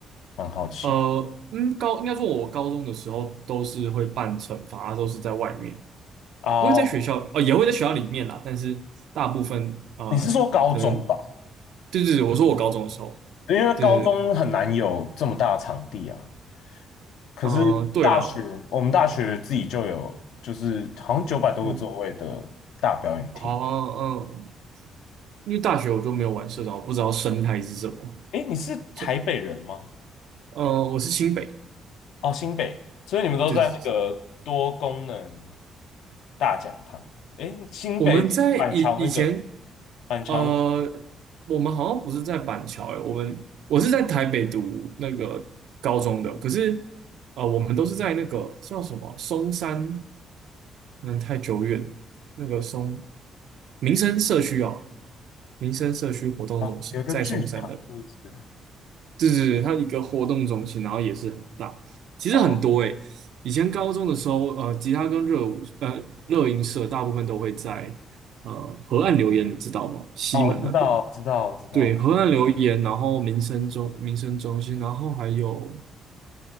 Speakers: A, on the left; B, on the right.
A: 蛮好奇的
B: 呃，嗯，高应该说，我高中的时候都是会办惩罚，都是在外面，
A: 啊，
B: 不会在学校，呃，也会在学校里面啦，但是大部分呃，
A: 你是说高中吧？
B: 可能，对对对，我说我高中的时候，
A: 因为高中很难有这么大的场地啊。
B: 对对对，
A: 可是大学，
B: 呃，对啦，
A: 我们大学自己就有，就是好像九百多个座位的大表演厅。
B: 嗯，哦，嗯，因为大学我就没有玩社团，我不知道生态是什么，
A: 诶，你是台北人吗？
B: 这，呃，我是新北，
A: 哦，新北，所以你们都在那个多功能
B: 对对对，
A: 大讲堂。诶，新北板桥那个，
B: 我们在以以前
A: 板桥那
B: 呃，我们好像不是在板桥诶，我们我是在台北读那个高中的，可是呃，我们都是在那个叫什么松山，嗯，太久远了，那个松民生社区啊，民生社区活动中心啊在松山的，
A: 哦，有一个剧场，是不是？
B: 对对对，它一个活动中心，然后也是很大，其实很多诶，
A: 哦
B: 以前高中的时候，呃，吉他跟热舞，呃，热音社大部分都会在呃河岸留言，你知道吗？西门那边。
A: 哦，我知道，知道，我知道。
B: 对，河岸留言，然后民生中民生中心，然后还有